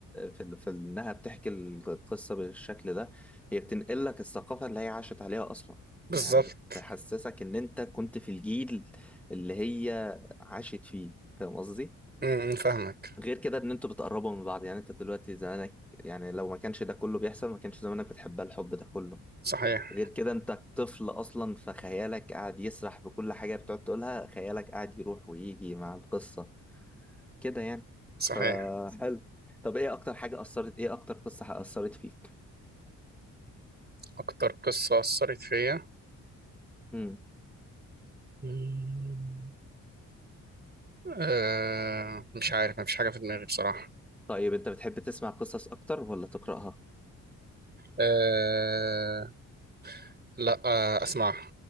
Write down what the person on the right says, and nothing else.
بالظبط
م- م، فاهمك
صحيح
صحيح
أكتر قصة أثرت فيا
مم. أه مش عارف مفيش حاجة في دماغي بصراحة
أه لا أه أسمعها